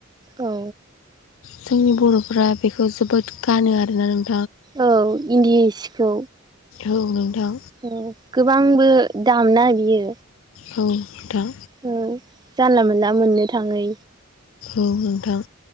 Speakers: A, on the right; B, on the left.
A: औ
B: जोंनि बर' फ्रा बेखौ जोबोद गानो आरोना नों
A: औ इन्दिसिखौ
B: औ नोंथां
A: औ गोबां बो दामना बियो
B: औ नोंथां
A: औ जानला मोनला मोननो थाङै
B: औ नोंथां